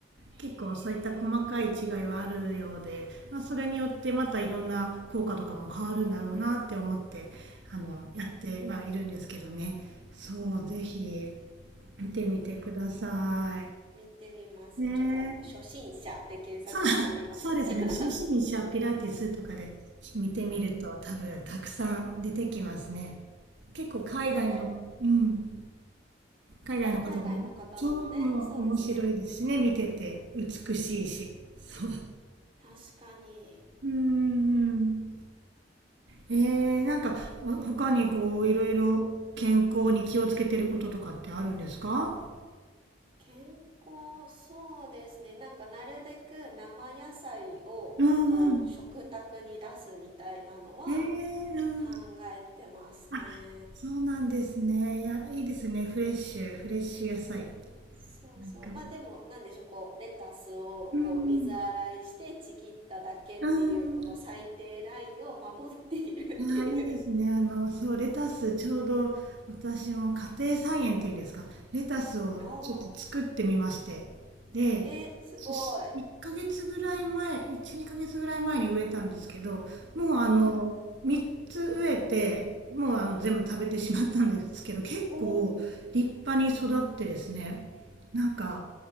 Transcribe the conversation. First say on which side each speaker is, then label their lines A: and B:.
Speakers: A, on the right; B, on the right.
A: へえ
B: 結構そういった細かい違いはあるようで、まあ、それによってまたいろんな効果とかも変わるんだろうなって思ってあのやってはいるんですけどねそうぜひ
A: うんうん
B: 見てみてくださ
A: 見てみますちょっとあの初心者で検索してみます
B: いねえそう、そうですね初心者ピラティスとかで見てみると多分たくさん出てきますね
A: <laughs> うん
B: 結構海外の、
A: なんか
B: うん、海外の方もそうも面白いですしね見てて美しいしそう
A: あ海外の方のもねそうですね確かに
B: うんんえー、なんかわ他にこういろいろ健康に気をつけてることとかってあるんですか
A: 健康そうですねなんかなるべく生野菜をこう食卓に出すみたいなのは
B: うんうん。えー、うん。
A: 考えてますね
B: あ、そうなんですね。いや、いいですね。フレッシュ、フレッシュ野菜。
A: そうそうまあでもなんでしょうこうレタスをこう水洗いしてちぎっただけっていうこの最低ラインを守っているっていう
B: なんか、うんうん。うん。ああ、いいですね。あの、そう、レタス、ちょうど私も家庭菜園っていうんですか、レタスをちょっと作ってみまして。
A: <laughs> おー
B: で、
A: えすごい
B: そし1ヶ月ぐらい前、1、2ヶ月ぐらい前に植えたんですけど、もうあの、
A: はい
B: 3つ植えて、もうあの全部食べてしまったんですけど、
A: うん
B: 結構立派に育ってですね、
A: おー
B: なんか、